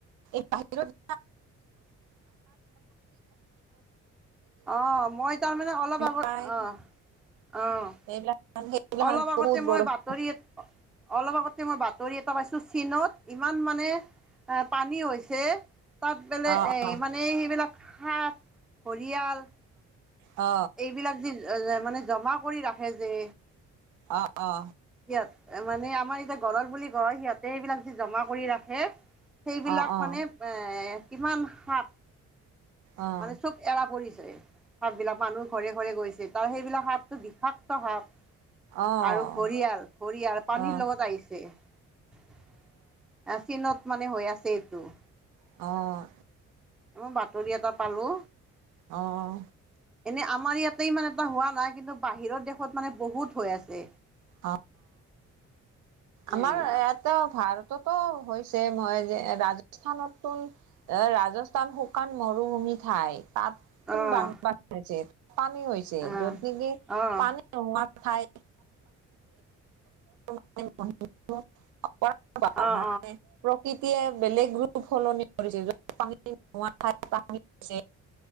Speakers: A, on the right; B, in the centre.
A: এই বাহিৰাৰ
B: অ মই তাৰমানে অলপ আগত
A: প্ৰায়
B: আহ আহ
A: সেইবিলাক সেইবিলাক
B: অলপ আগতে
A: বহুত
B: মই
A: বৰষুণ
B: বাতৰি অলপ আগতে মই বাতৰি এটা পাইছো চীনত ইমান মানে আ পানী হৈছে তাত বেলে
A: অ', অ',
B: মানে সেইবিলাক সাপ ঘৰিয়াল
A: অ
B: এইবিলাক যি অ অ মানে জমা কৰি ৰাখে যে
A: অ অ
B: ইয়াত এ মানে আমাৰ এতিয়া ঘৰৰ বুলি কয় সিহঁতে এইবিলাক যে জমা কৰি ৰাখে সেইবিলাক
A: অ', অ',
B: মানে এ কিমান সাপ
A: অ', অ', অ',
B: মানে চব এৰা পৰিছে সাপবিলাক মানুহ ঘৰে ঘৰে গৈছে তাৰ সেইবিলাক সাপটো বিষাক্ত সাপ
A: অ',
B: আৰু ঘৰিয়াল ঘৰিয়াল পানীৰ
A: অ',
B: লগত আহিছে আ চীনত মানে হৈ আছে এইটো
A: অঁ
B: অ বাতৰি এটা পালো
A: অঁ
B: এনেই আমাৰ ইয়াত মানে এটা হোৱা নাই কিন্তু বাহিৰৰ দেশত মানে বহুত হৈ আছে
A: অ
B: সেইবিলাক
A: আমাৰ ইয়াতে ভাৰততো হৈছে মই যে ৰাজস্থানতো এ ৰাজস্থান শুকান মৰুভূমি ঠাই তাত টো
B: অঁ
A: বানপানী হৈছে
B: অঁ
A: য'ত নেকি
B: অঁ
A: পানী খাই <inaudible> মানে
B: অঁ
A: <inaudible> প্ৰকৃতিয়ে বেলেগ ৰূপ সলনি কৰিছে যত পানী নোহোৱা ঠাই তাত পানী